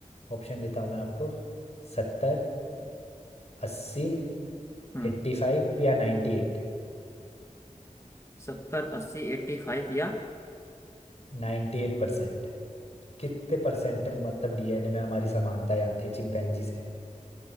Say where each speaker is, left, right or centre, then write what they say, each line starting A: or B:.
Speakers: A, on the left; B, on the left.
A: ऑप्शन देता हूँ मैं आपको सत्तर अस्सी
B: हम्म
A: एट्टी फाइव या नाइन्टी एट
B: सत्तर अस्सी एट्टी फाइव या
A: नाइन्टी एट परसेंट कितने परसेंट मतलब डीएनए में हमारी समानताएं आती है चिंपैंजी से